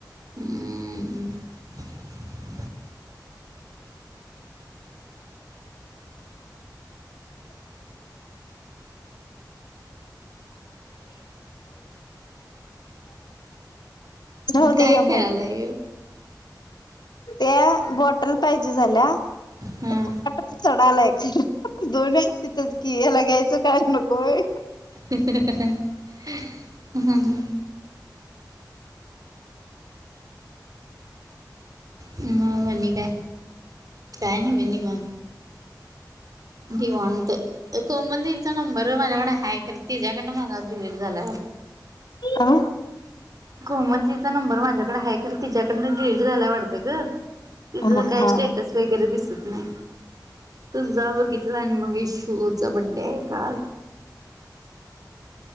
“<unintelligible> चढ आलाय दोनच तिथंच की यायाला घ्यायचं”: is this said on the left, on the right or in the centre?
Left